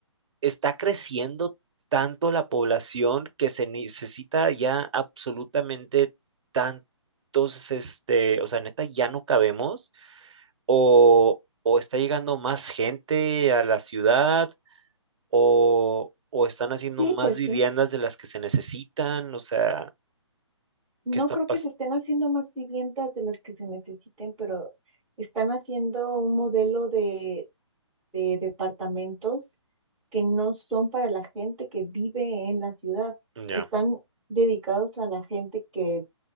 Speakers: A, on the right; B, in the centre.
A: está creciendo tanto la población que se necesita ya absolutamente tantos, este, o sea, neta, ya no cabemos, o, o está llegando más gente a la ciudad, o, o están haciendo
B: Sí,
A: más
B: pues
A: viviendas
B: sí.
A: de las que se necesitan, o sea,
B: No
A: ¿qué está
B: creo
A: pasando?
B: que se estén haciendo más viviendas de las que se necesiten, pero están haciendo un modelo de, de departamentos que no son para la gente que vive en la ciudad.
A: Ya,
B: Están dedicados a la gente que,